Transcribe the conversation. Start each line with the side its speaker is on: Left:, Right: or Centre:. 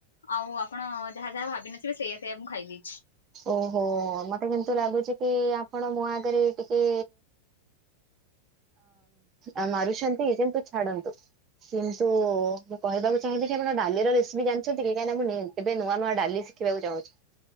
Left: ଆଉ ଆପଣ ଯାହା ଯାହା ଭାବିିନଥିବେ ସେଇଆ ସେଇଆ ମୁଁ ଖାଇ ଦେଇଛି।
Right: ଓହୋ ମତେ କିନ୍ତୁ ଲାଗୁଛି କି ଆପଣ ମୋ ଆଗରେ ଟିକେ। ଆ ମାରୁଛନ୍ତି କିନ୍ତୁ ଛାଡ଼ନ୍ତୁ। କିନ୍ତୁ ମୁଁ କହିବାକୁ ଚାହିଁବି କି ଆପଣ ଡାଲି ର ରେସିପି ଜାଣିଛନ୍ତି କି। କାଇଁ ନା ମୁଁ ଏବେ ନିଉ ଏବେ ନୂଆ ଡାଲି ଶଖିବାକୁ ଚାହୁଁଛି।